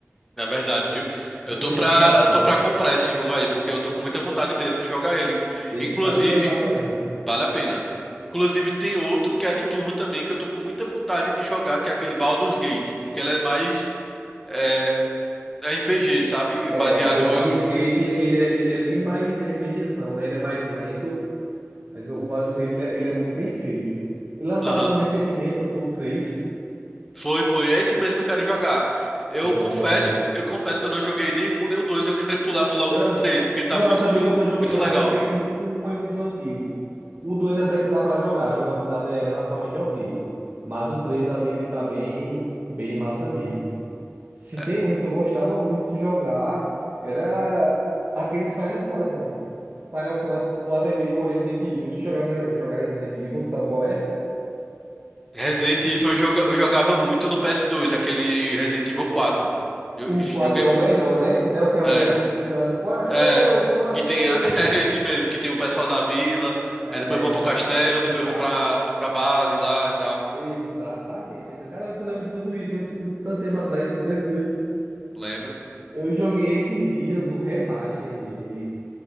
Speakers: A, in the centre; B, on the right.
A: Na verdade, viu? Eu
B: Não
A: tô
B: fica
A: pra,
B: chato.
A: eu tô pra comprar esse jogo aí, porque eu tô com muita vontade mesmo de jogar ele.
B: Esse
A: Inclusive,
B: parece fazer massa mesmo.
A: vale a pena. Inclusive, tem outro que é de turno também, que eu tô com muita vontade de jogar, que é aquele Baldur's Gate, porque ele é mais é, RPG, sabe?
B: É,
A: Baseado
B: é, o Baldur's
A: em.
B: Gate, ele é, ele é bem mais RPGzão, né? Ele é mais lento, mas o Baldur's Gate, ele é, ele é muito bem feito. Eles lançaram
A: Aham.
B: um recentemente, não foi o 3?
A: Foi, foi. É esse mesmo que eu quero jogar. Eu
B: Deixa eu falar
A: confesso,
B: de jogar o 3.
A: eu confesso que eu não joguei nenhum, nem o dois. Eu <laughs> quero pular pro- logo
B: Ah,
A: pro três, porque tá
B: não,
A: muito,
B: eu também nunca joguei
A: muito
B: não,
A: legal.
B: porque o o um é muito antigo. O 2 até que dá pra jogar, a jogabilidade é relativamente ok. Mas o 3 ali, ele tá bem, bem massa mesmo. Se
A: É.
B: tem um que eu gostava muito de jogar, era aqueles Final Fantasy. Final Fantasy, ou até mesmo o Resident Evil. Tu chegasse a jogar Resident Evil, tu sabe qual é?
A: Resident Evil eu joga- eu jogava muito no PS2, aquele Resident Evil 4. Eu-
B: O
A: Joguei
B: 4 é o
A: muito.
B: melhor, né? Não é o que a
A: É,
B: mulher fica gritando, forasteiro,
A: é.
B: forasteiro.
A: Que tem a, <laughs> é esse mesmo, que tem o pessoal da vila,
B: É,
A: aí depois vão pro castelo, depois
B: exa-
A: vão pra, pra base lá e tal.
B: exatamente. Exa- Caramba, tu lembra de tudo isso, eu tenho tanto tempo atrás, no PS2.
A: Lembro.
B: Eu joguei esses dias o remaster dele.